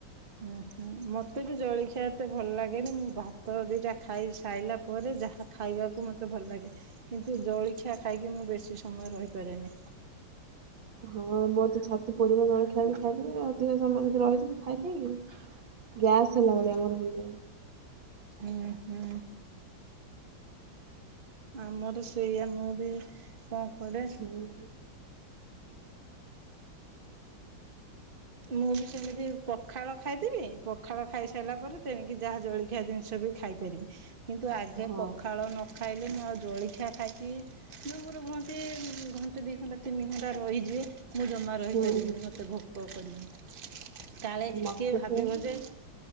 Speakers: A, on the right; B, on the right.
A: ହୁଁ ହୁଁ ମତେ ବି ଜଳଖିଆ ଏତେ ଭଲ ଲାଗେନି ମୁଁ ଭାତ ଦିଟା ଖାଇ ସାଇଲା ପରେ ଯାହା ଖାଇବାକୁ ମୋତେ ଭଲ ଲାଗେ କିନ୍ତୁ ଜଳଖିଆ ଖାଇକି ମୁଁ ବେଶୀ ସମୟ ରହିପାରେନି।
B: ହଁ ମୋର ତ ଛାତି ପୋଡ଼ିବ ଜଳଖିଆ ଜଦି ଖାଇଦେବି ଅଧିକା ସମୟ ଯଦି ରହିଯିବି ଖାଇପିକିରି। ଗ୍ୟାସ୍ ହେଲା ଭଳିଆ ମୋର ହେଇଯାଏ।
A: ହୁଁ ହୁଁ। ଆମର ସେଇଆ ମୁଁ ବି କଣ କରିବା।
B: ଉଁ ହୁଁ।
A: ମୁଁ ବି ସେମିତି ପଖାଳ ଖାଇଦେବି ପଖାଳ ଖାଇସାରିଲା ପରେ ତେଣିକି ଯାହା ଜଳଖିଆ ଜିନିଷ ବି ଖାଇପାରିବି କିନ୍ତୁ ଆଗେ
B: ହଁ
A: ପଖାଳ ନଖା ଖାଇଲେ ମୁଁ ଆଉ ଜଳଖିଆ ଖାଇକି ଘଣ୍ଟେ ଦି ଘଣ୍ଟା ତିନି ଘଣ୍ଟା ରହିଯିବେ ମୁଁ ଜମା ରହିପାରିବିନି
B: ହୁଁ ହୁଁ
A: ମତେ ଭୋକ କରିବି। କାଳେ କିଏ
B: ମତେ
A: ଭାବିବ
B: ସେଇଆ।
A: ଯେ